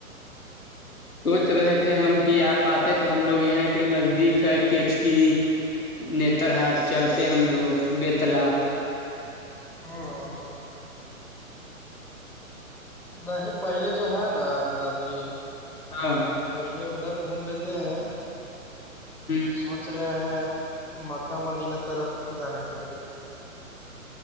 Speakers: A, on the left; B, in the centre.
A: سوچ رہے تھے ہم کہ آپ آتے تو ہم لوگ یہیں پہ نزدیک ہے کیچ کی نتر ہاٹ چلتے ہم لوگ بیتلا
B: ہاں ہاں نہیں پہلے جو ہے نا غلام جی
A: ہاں
B: پہلے ادھر گھوم لیتے ہیں
A: ہ
B: سوچ رہے رہے ہیں مکہ مدینہ طرف جانے کے لیے